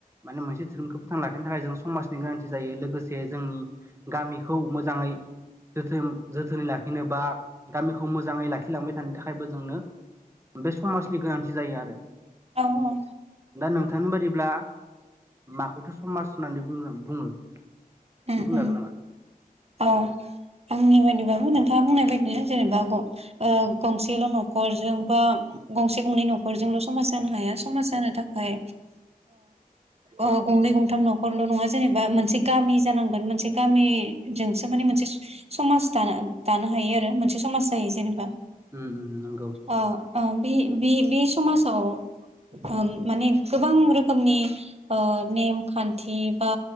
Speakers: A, on the right; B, on the right.
A: माने मोनसे धोरोमखौ फोथां लाखिनो थाखाय जों समाज नि गोनांथि जायो लोगोसे जोंनि गामिखौ मोजाङै जोथोन जोथोनै लाखिनो बा गामिखौ मोजाङै लाखिलांबाय थानो थाखायबो जोंनो बे समाजनि गोनांथि जायो आरो
B: औ औ
A: दा नोंथांनि बादिब्ला माखौथो समाज होननानै बुङो एसे
B: उम
A: बुंनो
B: उम
A: हागोन नामा
B: औ आंनि बायदिबा बो नोंथाङा बुंनाय बायदिनो जेनेबा गं ओ गंसेल' न'खरजों बा गंसे गंनै न' खरजोंल' समाज जानो हाया समाज जानो था खाय ओ गंनै गंथाम न'खरल' नङा जेनेबा मोनसे गामि जांगोन मोनसे गामिजोंसो माने मोनसे समाज दानो दानो हायो आरो मोनसे समाज जायो जेबा
A: उम उम नंगौ
B: ओ ओ बे बे बे समाजाव ओ माने गोबां रोखोमनि ओ नेम खान्थि बा